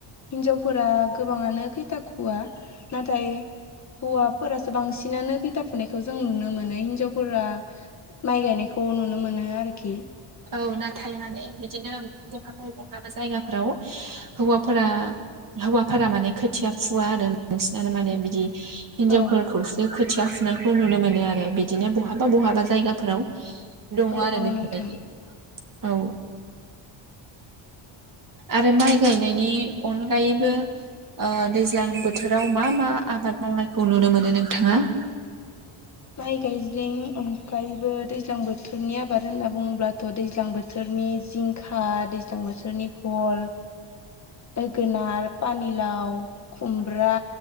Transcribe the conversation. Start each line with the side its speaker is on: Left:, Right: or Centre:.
Left: हिन्जावफोरा गोबाङानो खैथा खुवा नाथाय हौवाफोरासो बांसिनानो खैथा फुनायखौ जों नुनो मोनो। हिनजावफोरा माइ गायनायखौ नुनो मोनो आरोखि।
Right: औ नाथाय माने बिदिनो बहाब बहाबा जायगाफोराव हौवाफोरा हौवाफोरा माने खोथिया फुवा आरो बांसिनानो माने बिदि हिनजावफोरखौसो
Left: औ
Right: खोथिया फ नायखौ नुनो मोनो आरो बिदिनो बहाबा बहाबा जायगाफोराव दङ
Left: औ
Right: आरो
Left: औ
Right: बेफोरबायदि
Left: नोंथां
Right: औ
Left: <inaudible>
Right: आरो माइ गायनायनि अनगायैबो ओ दैज्लां बोथोराव मा मा आबाद मावनायखौ नुनो मोनो नोंथाङा
Left: माय गायज्लिं ओमफ्रायबो दैज्लां बोथोरनि आबाद होनना बुङोब्लाथ' दैज्लां बोथोरनि जिंखा दैज्लां बोथोरनि भल ओगोनार पानिलाव खुमब्रा